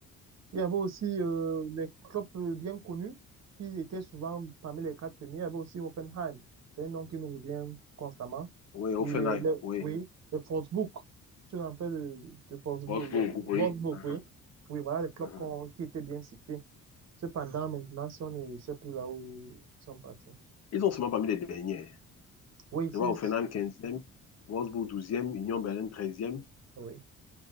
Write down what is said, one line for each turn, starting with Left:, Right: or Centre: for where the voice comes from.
Right: Il y avait aussi euh, les clubs euh, bien connus qui étaient souvent parmi les quatre premiers. Il y avait aussi Hoffenheim. C'est un nom qui nous revient constamment.
Left: Oui, Offenheim,
Right: Et les, les-
Left: oui.
Right: oui, les Wolfsburg. Tu te rappelles de, de Wolfsburg,
Left: Wolfsburg,
Right: euh,
Left: oui.
Right: Wolfsburg,
Left: Mhm,
Right: oui. Oui, voilà les clubs
Left: mhm.
Right: qu'on- qui étaient bien situés. Cependant, maintenant, si on ne sait plus là où ils sont partis.
Left: Ils sont seulement parmi les derniers.
Right: Oui, c'est,
Left: Je vois Offenheim quinzième, Wolfsburg douzième, Union Berlin treizième.
Right: oui,